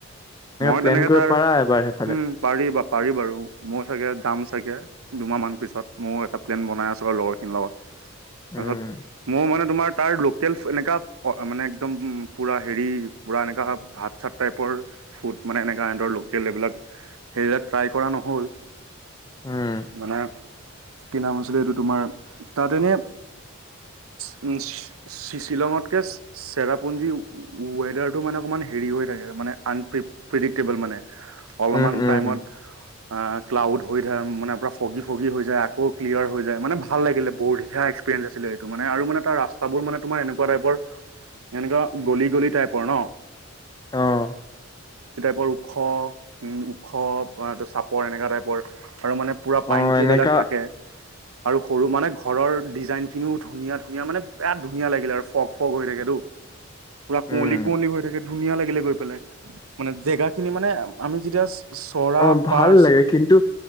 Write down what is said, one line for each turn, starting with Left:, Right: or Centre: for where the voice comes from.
Right: মই
Left: প্লেন
Right: তেনেকে
Left: কৰিব
Right: তাৰ,
Left: পাৰা এবাৰ সেইফালে
Right: উম পাৰিবা পাৰি বাৰু, মই চাগে যাম চাগে, দুমাহ মান পিছত মই এটা প্লেন বনাই আছোঁ আৰু লগৰখিনিৰ লগত। তাৰপিছত,
Left: উম
Right: মোৰ মানে তোমাৰ তাৰ লোকেলছ এনেকা, মানে একদম, পুৰা হেৰি, পুৰা এনেকা ভাত চাত টাইপৰ, ফুড মানে এনেকা সিহঁতৰ লোকেল এইবিলাক সেইবিলাক ট্ৰাই কৰা নহ'ল,
Left: উম
Right: মানে কি নাম আছিলে এইটো তোমাৰ, তাত এনে <unintelligible> শ্বিলঙতকে চেৰাপুঞ্জীৰ ৱেডাৰটো, মানে অকমান হেৰি হৈ থাকে মানে আন প্ৰি প্ৰিডিক্টেবল মানে। অলপমান
Left: উম
Right: টাইমত,
Left: উম
Right: ক্লাউড হৈ থাকে মানে ফগি ফগী হৈ যায় আকৌ ক্লিয়াৰ হৈ যায়, মানে ভা ভাল লাগিলে বট শিকা এক্সপেৰিয়ঞ্চ আছিলে এইটো মানে আৰু মানে তাৰ ৰাস্তাবোৰ মানে তোমাৰ এনেকুৱা টাইপৰ এনেকুৱা গলি গলি টাইপৰ ন'।
Left: অ',
Right: বৰ ওখ, উম ওখ, চাপৰ এনেকা টাইপৰ। আৰু মানে পুৰা পাইন
Left: অ
Right: থ্ৰী
Left: এনেকা
Right: বিলাক থাকে। আৰু সৰু মানে ঘৰৰ ডিজাইন খিনিও ধুনীয়া ধুনীয়া মানে বিৰাট ধুনীয়া লাগিলে আৰু ফগ ফগ হৈ থাকেতো একপ <unintelligible> পুৰা
Left: উম
Right: কুঁৱলী কুঁৱলী হৈ থাকে ধুনীয়া লাগিলে গৈ পেলাই মানে জেগা খিনি মানে আমি যেতিয়া চৰা
Left: অ',
Right: পাৰ্চ
Left: ভাল লাগে কিন্তু